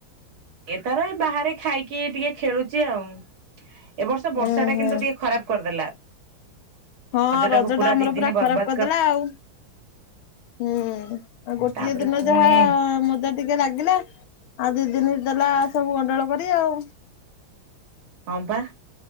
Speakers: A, on the right; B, on the left.
A: ଏ ତାର ଏ ବାହାରେ ଖାଇକି ଟିକେ ଖେଳୁଛି ଆଉ। ଏବ ବର୍ଷ ବର୍ଷା
B: ଉଁ
A: ଟା
B: ହୁଁ।
A: କିନ୍ତୁ ଟିକେ ଖରାପ କରିଦେଲା।
B: ହଁ ରଜ
A: ଟାକୁ
B: ଟା ଆମର
A: ଦି ଦିନ
B: ପୁରା ଖରାପ
A: ବର୍ବାଦ
B: କରିଦେଲା ଆଉ ହୁଁ ଆଉ ଗୋଟିଏ
A: ତାପରେ
B: ଦିନ
A: ପୁଣି
B: ଯାହା ମଜା ଟିକେ ଲାଗିଲା। ଆଉ ଦି ଦିନ ଦେଲା ସବୁ ଗଣ୍ଡଳ କରି ଆଉ।
A: ହ ପା।